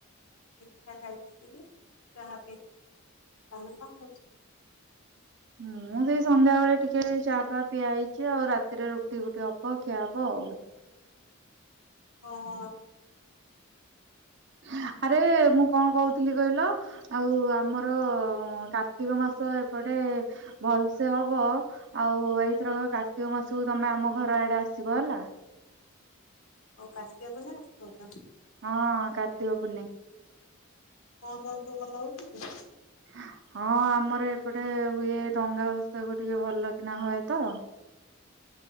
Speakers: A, on the left (about 80°); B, on the right (about 55°).
A: ପିଠା ଖାଇଥିଲି, ଚାହା ପିଇ କଣ କଣ ଖାଇଚ?
B: ମୁଁ ସେଇ ସନ୍ଧ୍ୟାବେଳେ ଟିକେ ଚା ଫା ପିଆ ହେଇଛି ଆଉ, ରାତିରେ ରୁଟି ଫୁଟି ହବ ଖିଆ ହବ। ହଉ।
A: ହଁ।
B: <inaudible> ଆରେ ମୁଁ କଣ କହୁଥିଲି କହିଲ, ଆଉ ଆମର କାର୍ତ୍ତିକ ମାସ ଏପଟ ଟେ ଭଲସେ ହବ, ଆଉ ଏଇଥର କାର୍ତ୍ତିକ ମାସକୁ ତମେ ଆମ ଘର ଆଡେ ଆସିବ ବ ହେଲା।
A: ଓ କାର୍ତ୍ତିକ ପୂର୍ଣ୍ଣିମା କଥା କହୁଛ।
B: ହଁ କାର୍ତ୍ତିକ ପୁନେଇଁ।
A: ହଁ ତମର ସବୁ ଭଲ ହଉଚି?
B: <unintelligible> ହଁ ଆମର ଏପଟେ ହୁଏ ଡଙ୍ଗା ଭସାକୁ ଟିକେ ଭଲ କିନା ହୁଏ ତ। <inaudible>